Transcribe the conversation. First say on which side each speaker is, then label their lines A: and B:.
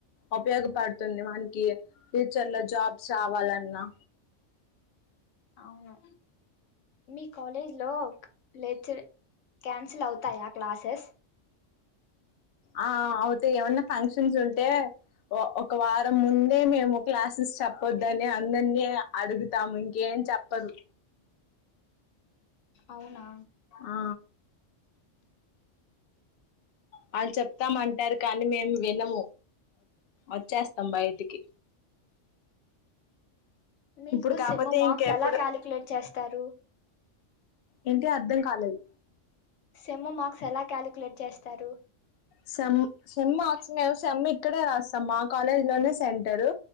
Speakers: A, on the left (about 60°); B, on the left (about 80°).
A: ఉపయోగపడుతుంది మనకి ఫ్యూచర్ లో జాబ్స్ రావాలన్నా
B: అవును మీ కాలేజ్ లో లెక్చర్ క్యాన్సిల్ అవుతాయా క్లాసెస్
A: ఆ అవుతాయి ఏమన్నా ఫంక్షన్స్ ఉంటే ఒక వారం ముందే మేము క్లాసెస్ చెప్పొద్దని అందరినీ అడుగుతాము ఇంకే చెప్పరు
B: అవునా
A: ఆ వాళ్ళు చెప్తామంటారు కానీ మేము వినము వచ్చేస్తాం బయటికి
B: మీకు
A: ఇప్పుడు కాకపోతే
B: సెమ్ మార్క్స్
A: ఇంకెప్పుడు
B: ఎలా కాలిక్యులేట్ చేస్తారు
A: ఏంటి అర్ధం కాలేదు
B: సెమ్ మార్క్స్ ఎలా కాలిక్యులేట్ చేస్తారు
A: సెమ్ సెమ్ మార్క్స్ మేము సెమ్ ఇక్కడే రాస్తాం మా కాలేజ్ లోనే సెంటరు